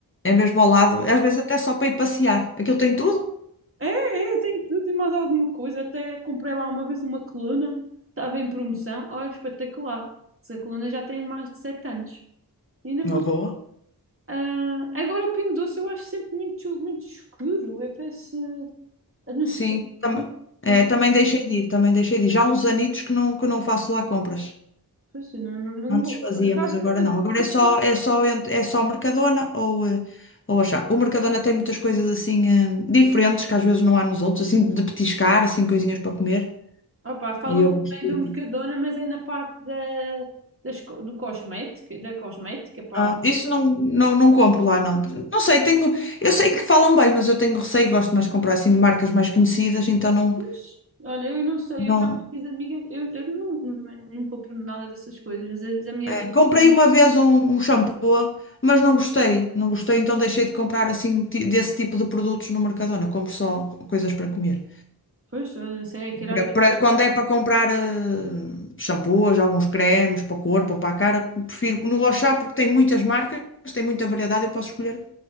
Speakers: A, on the left (about 30°); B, on the right (about 35°).
A: é mesmo ao lado, às vezes até só para ir passear. Aquilo tem tudo?
B: É, é, tem tudo e mais alguma coisa. Até comprei lá uma vez uma coluna, estava em promoção. Olha, espetacular. Essa coluna já tem mais de 7 anos. E ainda
A: Não
B: funciona.
A: boa.
B: Ah, agora o Pingo Doce eu acho sempre muito, muito escuro. Eu parece. Eu não
A: Sim,
B: sei.
A: tam
B: Não,
A: é,
B: não,
A: também deixei de ir, também deixei de ir. Já há uns anitos que não, que não faço lá compras.
B: pois, eu não, não, não
A: Antes
B: gosto.
A: fazia,
B: Por acaso
A: mas agora
B: eu,
A: não. Agora
B: eu
A: é só,
B: também.
A: é só, ent- é só Mercadona ou, eh, ou achar. O Mercadona tem muitas coisas assim eh, diferentes que às vezes não há nos outros, assim de petiscar, assim coisinhas para comer.
B: Opa, falam
A: E eu
B: muito
A: gosto
B: bem do
A: de-
B: Mercadona, mas é na parte da, das co- do cosmético, da cosmética, pá.
A: Ah, isso não, não, não compro lá, não. Não sei, tenho. Eu sei que falam bem, mas eu tenho receio, gosto mais de comprar assim de marcas mais conhecidas, então não.
B: Pois, Olha, eu não sei,
A: não.
B: eu cá com as minhas amigas, eu, eu não, não, também não, não compro nada dessas coisas, mas às vezes a minha,
A: eh, Comprei uma vez um, um shampoo, mas não gostei. Não gostei, então deixei de comprar assim ti- desse tipo de produtos no Mercadona. Compro só coisas para comer.
B: pois, eu não sei, aquilo
A: Para,
B: às vezes,
A: para- quando é para comprar eh, shampoos, alguns cremes para o corpo ou para a cara, prefiro que no Auchan porque tem muitas marcas, tem muita variedade, eu posso escolher